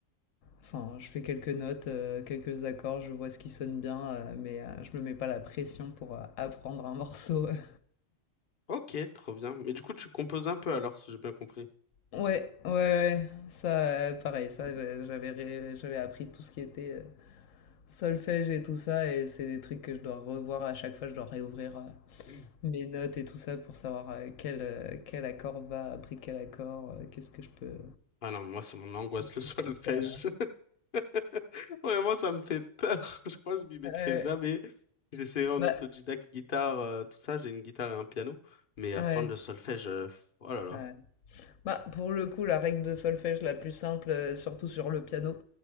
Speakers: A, on the left; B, on the left.
A: Enfin, je fais quelques notes, euh, quelques accords, je vois ce qui sonne bien, euh, mais euh, je me mets pas la pression pour euh, apprendre un morceau. <laughs>
B: Ok, trop bien. Mais du coup tu composes un peu alors, si j'ai bien compris.
A: Ouais, ouais, ouais, ça, euh, pareil, ça, j'ai- j'avais, ré- j'avais appris tout ce qui était euh, solfège et tout ça, et c'est des trucs que je dois revoir à chaque fois, je dois réouvrir. euh,
B: Mm.
A: mes notes et tout ça pour savoir euh, quel, euh, quel accord va après quel accord, euh, qu'est-ce que je peux,
B: Ah non, moi c'est mon angoisse,
A: qu'est-ce
B: le
A: que
B: <laughs> solfège.
A: je peux faire.
B: <laughs> Vraiment, ça me fait peur. <laughs> Je crois que je m'y mettrai
A: Euh,
B: jamais. J'essaierai en
A: bah,
B: autodidacte, guitare, euh, tout ça. J'ai une guitare et un piano. Mais apprendre
A: ouais,
B: le solfège, euh, pff, oh là là.
A: ouais. Bah, pour le coup, la règle de solfège la plus simple, euh, surtout sur le piano,